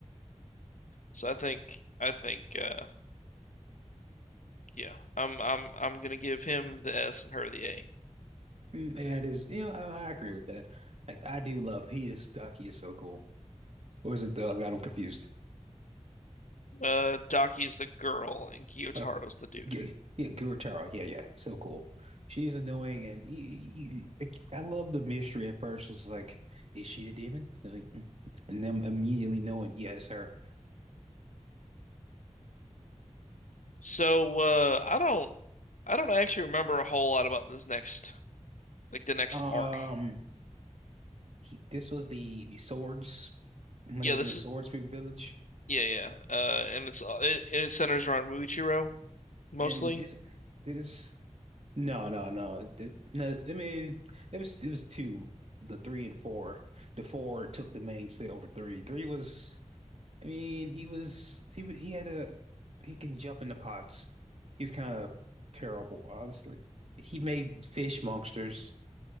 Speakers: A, on the left; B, on the right.
A: so I think I think uh, yeah, I'm I'm I'm gonna give him the S and her the A.
B: That is, you know, I, I agree with that. Like, I do love. He is stuck. He is so cool. Or is it the? I got him confused.
A: Uh, Daki's the girl and Gyotaro's
B: Uh,
A: the dude.
B: yeah, yeah, Gurutara. Yeah, yeah, so cool. She is annoying, and he, he- he- I love the mystery at first. It's like, is she the demon? It's like, and them immediately knowing, yeah, it's her.
A: So uh, I don't I don't actually remember a whole lot about this next like the next
B: <laughs>
A: arc.
B: Um. he this was the the swords when
A: Yeah,
B: it was
A: this
B: in the Swords
A: is
B: Village,
A: yeah yeah, uh, and it's uh, it, and it centers around Muichiro mostly.
B: and this this no no no Th- no I mean it was it was two the three and four the four took the mainstay over three three was I mean he was he wa- he had a he can jump into pots he's kind of terrible honestly he made fish monsters